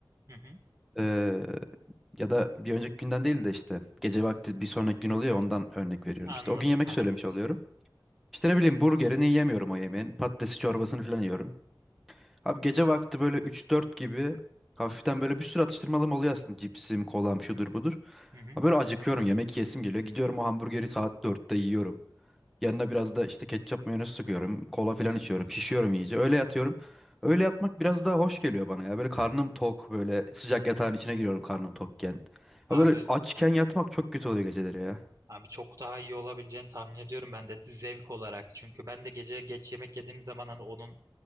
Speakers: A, on the right; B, in the centre.
A: hı hı.
B: Ee, ya da bir önceki günden değil de işte gece vakti bir sonraki gün oluyor ya, ondan örnek veriyorum.
A: Anladım.
B: İşte o gün yemek
A: Aha,
B: söylemiş oluyorum. İşte ne bileyim burgerini yemiyorum o yemeğin. Patatesi çorbasını falan yiyorum. Abi gece vakti böyle üç dört gibi hafiften böyle bir sürü atıştırmalım oluyor aslında. Cipsim, kolam şudur budur.
A: hı hı.
B: Ha böyle acıkıyorum yemek yiyesim geliyor. Gidiyorum o hamburgeri saat dörtte yiyorum. Yanına biraz da işte ketçap mayonez sıkıyorum. Kola falan içiyorum. Şişiyorum iyice. Öyle yatıyorum. Öyle yatmak biraz daha hoş geliyor bana ya. Böyle karnım tok böyle sıcak yatağın içine giriyorum karnım tokken.
A: Abi,
B: Ha böyle açken yatmak çok kötü oluyor geceleri ya.
A: abi çok daha iyi olabileceğini tahmin ediyorum ben de zevk olarak. Çünkü ben de gece geç yemek yediğim zaman hani onun